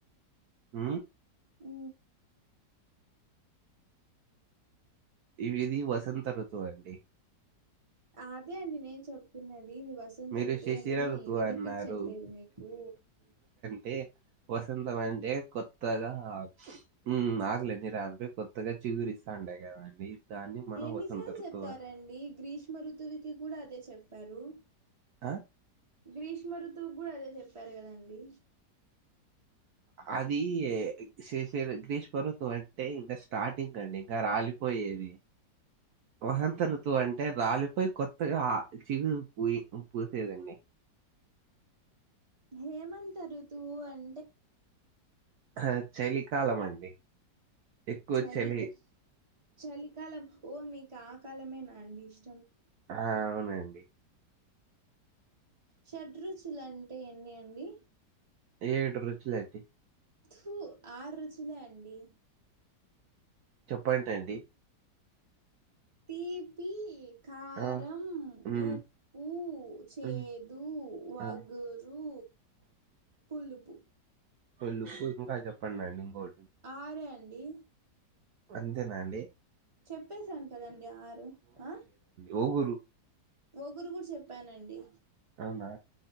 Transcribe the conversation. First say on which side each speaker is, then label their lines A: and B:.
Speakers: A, on the right (about 65°); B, on the right (about 20°).
A: ఊ
B: ఊ
A: ఇవిది వసంత ఋతువండి
B: అదే అండి నేను చెప్తున్నది ఇది వసంత
A: మీరు
B: ఋతువు
A: శిశిర
B: అని
A: ఋతువు
B: వినిపించట్లేదు
A: అన్నారు
B: మీకు
A: టే వసంతం అంటే కొత్తగా ఊ ఆకులన్ని రాలిపోయి కొత్తగా చిగురిస్తాండ కదండి దాన్ని మనం
B: ఎన్నిసార్లు
A: వసంత ఋతువు
B: చెప్తారండి
A: అన్-
B: గ్రీష్ మఋతువుకి కూడా అదే చెప్పారు
A: అ
B: గ్రీష్మ ఋతువు కూడా అదే చెప్పారు కదండి
A: అది శిశిర్ గ్రీష్మ ఋతువంటే ఇంకా స్టార్టింగ్ అండి ఇంకా రాలిపోయేది వసంత ఋతువు అంటే రాలిపోయి కొత్తగా ఆ చిగు పూయి పూసేదండి
B: హేమంత ఋతువు అం
A: హ చలికాలం అండి ఎక్కువ
B: చలిక
A: చలి
B: చలికాలం ఓ మీకు ఆ కాలమే నాండి ఇష్
A: ఆ అవునండి
B: షడ్రు రుచులా అంటే ఎన్ని అండి
A: ఏడు రుచులండి
B: త్పు ఆరు రుచులే అండి
A: చెప్పంటడి
B: తీ తీ కారం
A: ఆ, ఉమ్,
B: ఉప్పు చేదు
A: ఉమ్,
B: వగురు
A: ఆ,
B: పులుపు
A: తెలుసు ఇంకా చెప్పండి అండి ఇన్ కోకటి
B: ఆరే అండి
A: అంతేనా అండి
B: చెప్పేశాను కదండి ఆరు ఆ
A: వొగురు
B: ఒగురు కూడా చెప్పానండి
A: అవునా